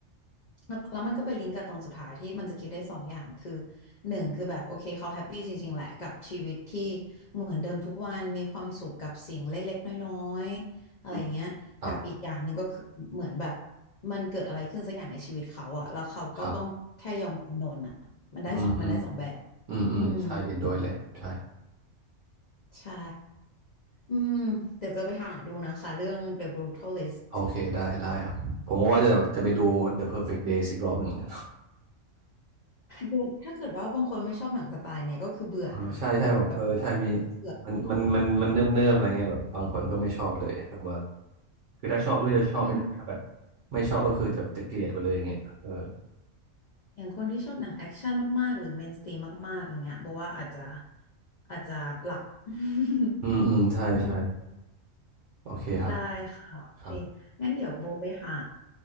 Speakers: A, on the left; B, on the right.
A: แล้วแล้วมันก็ไปลิงก์กับตอนสุดท้ายที่มันจะคิดได้สองอย่างคือหนึ่งคือแบบโอเคเขาแฮปปี้จริงๆแหละกับชีวิตที่เหมือนเดิมทุกวันมีความสุขกับสิ่งเล็กๆน้อยๆอะไรอย่างเงี้ยกับอีกอย่างหนึ่งก็คือเหมือนแบบ
B: อืมครับ
A: มันเกิดอะไรขึ้นสักอย่างในชีวิตเขาอะแล้วเขาก็ต้องแค่ยอมจำนนอะมันได้สองมันได้สองแบบ
B: ครับอืมอืมอืมอืมใช่เห็นด้วยเลยใช่
A: อืมใช่อืมเดี๋ยวจะไปหาดูนะคะเรื่อง The Brutalist
B: โอเคได้ได้ครับผมก็ว่าจะแบบจะไปดู The Perfect Days อีกรอบหนึ่งเหมือนกัน
A: ดูถ้าเกิดว่าบางคนไม่ชอบหนังสไตล์เนี่ยก็คือเบื่อ
B: เออใช่ใช่แบบเออใช่มี
A: แบบแบบเบื่อ
B: มันมันมันมันเนิบเนิบอะไรเงี้ยแบบบางคนก็ไม่ชอบเลยแบบว่า คือถ้าชอบก็จะชอบไปเลยถ้าแบบ
A: อืม
B: ไม่ชอบก็คือจะจะเกลียดไปเลยอย่างเงี้ยเออ
A: อย่างคนที่ชอบหนังแอคชั่นมากๆหรือเมนสตรีมมากๆอย่างเงี้ยโบอกว่าอาจจะอาจจะหลับ <laughs>
B: อืมอืมใช่ใช่
A: อืม
B: โอเคครับ
A: ได้ค่ะโอเค
B: ครับ
A: งั้นเดี๋ยวโบไปหา